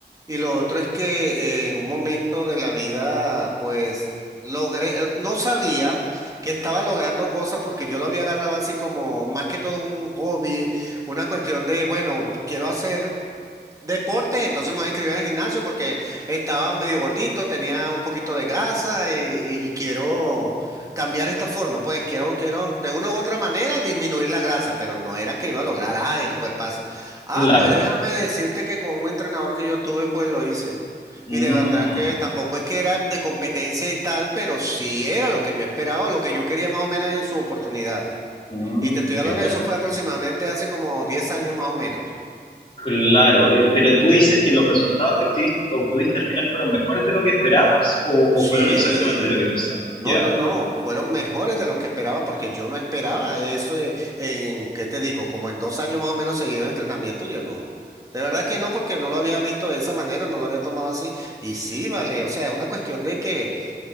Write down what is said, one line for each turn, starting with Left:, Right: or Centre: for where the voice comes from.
Right: Y lo otro es que eh, en un momento de la vida, pues logré, eh, no sabía que estaba logrando cosas porque yo lo había agarrado así como más que todo un hobby, una cuestión de, bueno, quiero hacer. Deportes, entonces me voy a inscribir al gimnasio porque estaba medio gordito, tenía un poquito de grasa y, y- y quiero cambiar esta forma. Pues quiero, quiero de una u otra manera disminuir la grasa, pero no era que iba a lograr, ah, el cuerpazo. Ah,
Left: claro.
Right: pues déjame decirte que con un entrenador que yo tuve, pues lo hice.
Left: Mm,
Right: Y de verdad que tampoco es que era de competencia y tal, pero sí era lo que yo esperaba, lo que yo quería más o menos en su oportunidad.
Left: mm,
Right: Y te estoy hablando
Left: qué bueno.
Right: de eso fue aproximadamente hace como 10 años más o menos.
Left: Claro, y- pero tú dices que los resultados que obtuviste, obtuviste al final fueron mejores de lo que esperabas o, o
Right: Sí,
Left: fueron exactamente lo que pensabas. Ya.
Right: no, no, no, fueron mejores de los que esperaba porque yo no esperaba eso, eh, en, ¿qué te digo? Como en dos años más o menos seguido de entrenamiento, yo no, de verdad que no, porque no lo había visto de esa manera, no lo había tomado así, y sí, vale, o sea, es una cuestión de que